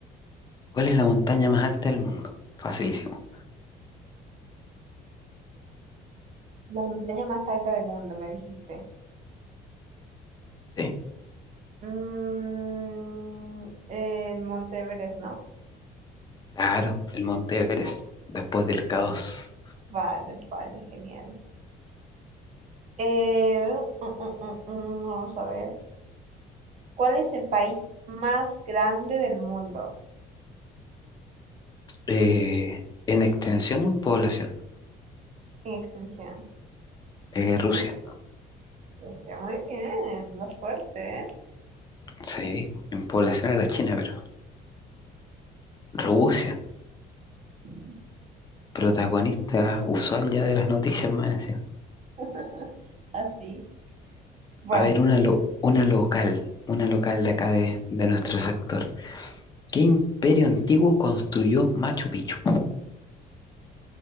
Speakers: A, on the left; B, on the right.
A: ¿Cuál es la montaña más alta del mundo? Facilísimo.
B: La montaña más alta del mundo, me dijiste.
A: Sí,
B: Mm, el Monte Everest, ¿no?
A: claro, el Monte Everest,
B: Oh,
A: después del K2.
B: Vale, vale, genial. Eh, mm, mm, mm, mm, vamos a ver. ¿Cuál es el país más grande del mundo
A: Eh, ¿en extensión o en población?
B: en extensión?
A: Eh, Rusia,
B: Rusia, muy bien, más fuerte, ¿eh?
A: sí, en población era China, pero Rusia,
B: Mm, Rusia,
A: protagonista usual ya de las noticias más
B: <laughs> así. Bueno,
A: A ver,
B: sí,
A: una, lo- una local, una local de acá de, de nuestro sector. ¿Qué imperio antiguo construyó Machu Picchu?